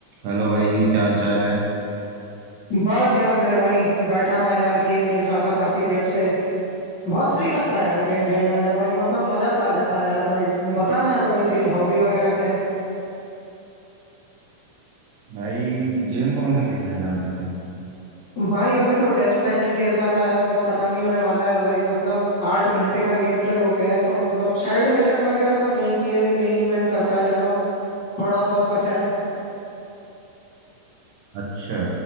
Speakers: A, on the right; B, on the left.
A: Hello भाई क्या हाल चाल है
B: बस यार मेरे भाई बैठा था यार गेम खेल रहा था काफी देर से बहुत सही लगता है यार गेम खेलना यार भाई मतलब मजा सा आ जाता है यार भाई बताना यार भाई तेरी हॉबी वगैरह क्या है
A: भाई गेम कौन सा खेल रहे थे आप वैसे
B: भाई अभी तो डेथ स्ट्रैंडिंग खेल रहा था यार बस खत्म ही होने वाला है भाई मतलब आठ घंटे का गेम प्ले हो गया है तो मतलब साइड मिशन वगैरह तो नहीं किए मेन ही मेन करता जा रहा हूँ थोड़ा बहुत बचा है
A: अच्छा